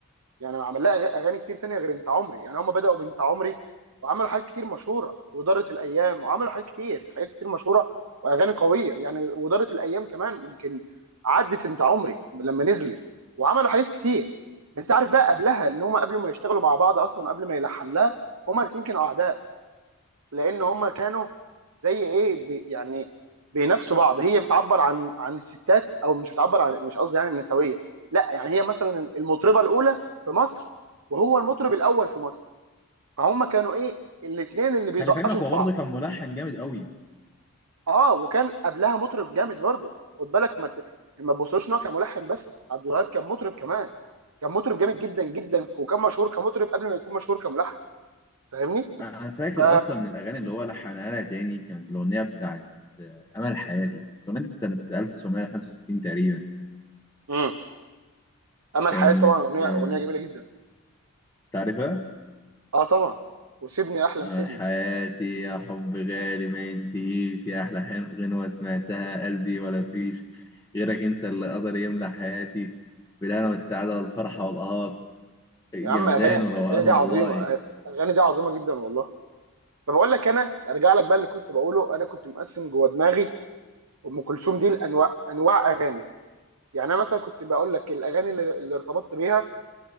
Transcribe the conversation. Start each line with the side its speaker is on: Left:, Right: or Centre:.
Right: يعني عمل لها أغ- اغاني كتير تانية غير انت عمري يعني هم بدأوا بانت عمري وعملوا حاجات كتير مشهورة ودارت الايام وعملوا حاجات كتير حاجات كتير مشهورة واغاني قوية يعني ودارت الايام كمان يمكن عدت انت عمري لما نزلت وعملوا حاجات كتير بس عارف بقى قبلها ان هم قبل ما يشتغلوا مع بعض اصلا قبل ما يلحن لها هما الاتنين كانوا اعداء لان هما كانوا زي ايه بي يعني بينافسوا بعض هي بتعبر عن عن الستات او مش بتعبر عن مش قصدي يعني النسويه لا يعني هي مثلا المطربه الاولى في مصر وهو المطرب الاول في مصر فهم كانوا ايه الاثنين اللي بيدقشوا
Left: خلي في علمك هو
Right: في بعض
Left: برضه كان ملحن جامد قوي
Right: اه وكان قبلها مطرب جامد برضه خد بالك ما ت- ما تبصوش ان هو كان ملحن بس عبد الوهاب كان مطرب كمان كان مطرب جامد جدا جدا وكان مشهور كمطرب قبل ما يكون مشهور كملحن فاهمني؟
Left: انا فاكر
Right: ف...
Left: اصلا من الاغاني اللي هو لحنها لها تاني كانت الاغنيه بتاعت امل حياتي الاغنيه دي كانت 1965 تقريبا
Right: مم. امل
Left: كانت
Right: حياة طبعا اغنيه
Left: آه،
Right: اغنيه جميله جدا
Left: تعرفها
Right: اه طبعا وسيبني احلم
Left: امل
Right: سيبني
Left: حياتي يا حب غالي ما ينتهيش يا احلى حن- غنوه سمعتها قلبي ولا فيش غيرك انت اللي قدر يملى حياتي بالهنا والسعاده والفرحه والقهات جمدان
Right: يا عم اغاني
Left: وروقان
Right: اغاني دي
Left: والله
Right: عظيمه اغاني دي عظيمه جدا والله طب اقول لك انا ارجع لك بقى اللي كنت بقوله انا كنت مقسم جوه دماغي ام كلثوم دي لانواع انواع اغاني يعني انا مثلا كنت بقول لك الاغاني اللي, اللي ارتبطت بيها